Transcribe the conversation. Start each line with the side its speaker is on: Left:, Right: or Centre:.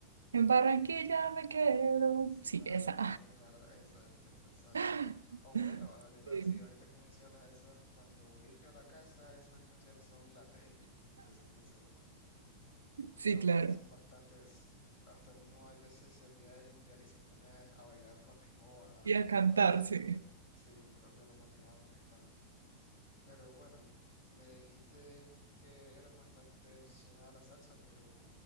Right: en Barranquilla me quedo.
Left: Sí,
Right: Sí,
Left: claro,
Right: esa.
Left: claro, claro, esa, esa, exacto.
Right: <laughs>
Left: O bueno, ahorita,
Right: Sí.
Left: sí, ahorita que mencionas esas, cuando limpio la casa, esas canciones son la ley, si te soy sincero.
Right: Sí,
Left: Son,
Right: claro.
Left: son bastantes, hasta uno hay veces se olvida de limpiar y se pone a bailar con la escoba,
Right: Y a cantar,
Left: así de,
Right: sí.
Left: de- sí, de lo motivado que está. Pero bueno, me dijiste que eras bastante aficionada a la salsa, pero